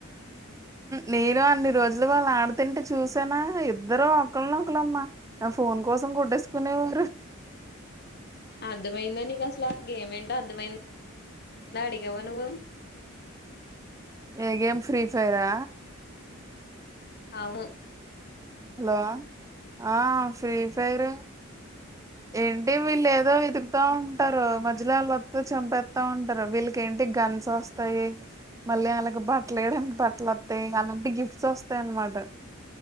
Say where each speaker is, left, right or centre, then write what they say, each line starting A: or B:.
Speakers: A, on the right; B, on the left.
A: నేను అన్ని రోజులు వాళ్ళు ఆడుతుంటే చూసానా ఇద్దరు ఒకళనొ ఒకళమ్మా ఫోన్ కోసం కొట్టేసుకునేవారు
B: అర్థమైందా నీకు అసలు ఆ గేమేంటో అర్థమైంద్ నాడిగావ నువ్వు
A: ఏ గేమ్ ఫ్రీ ఫైరా
B: అవును
A: హలో ఆ ఫ్రీ ఫైరు ఏంటి వీళ్ళు ఏదో వేతుకుతా ఉంటారు మధ్యలోకి వస్తే చంపేస్తా ఉంటారు వీళ్ళకి ఏంటి గన్స్ వస్తాయి మళ్ళీ వాళ్ళకి బట్టలు వేయడానికి బట్టలు వత్తయ్ అలా గిఫ్ట్స్ వస్తాయి ఆన్ మాట